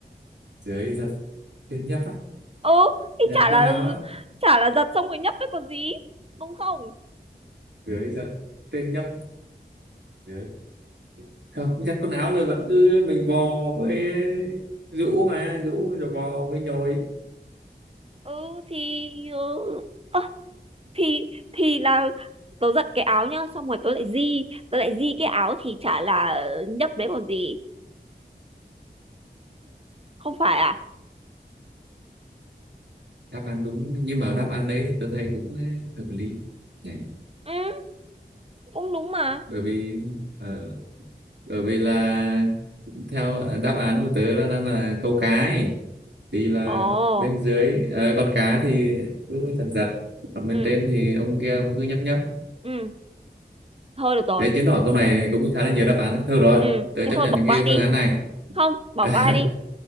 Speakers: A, on the right; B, on the right.
A: dưới giật trên nhấp á
B: ừ thì
A: giặt
B: chả
A: quần
B: là
A: áo
B: ừ,
A: á
B: chả là giặt xong rồi nhấp đấy còn gì đúng không
A: dưới giặt trên nhấp dưới không giặt quần áo là vẫn cứ mình vò với rũ mà rũ rồi vò với nhồi
B: ừ thì ừ, ơ, thì thì là tớ giặt cái áo nhá xong rồi tớ lại di tớ lại di cái áo thì chả là nhấp đấy còn gì không phải à
A: đáp án đúng nhưng mà đáp án đấy tôi thấy cũng hợp lý nhỉ
B: ừ cũng đúng mà
A: bởi vì ờ, bởi vì là theo ờ, đáp án của tớ là đang là câu cá ấy. thì là
B: ồ
A: bên dưới ờ, con cá thì cứ giật giật còn bên
B: ừ
A: trên thì ông kia ông cứ nhấp nhấp
B: ừ thôi được rồi
A: thế chứng tỏ câu này cũng khá là nhiều đáp án thôi rồi
B: ừ
A: tớ
B: thế
A: chấp
B: thôi
A: nhận
B: bỏ qua
A: cái
B: đi
A: phương án này
B: không bỏ
A: <laughs>
B: qua đi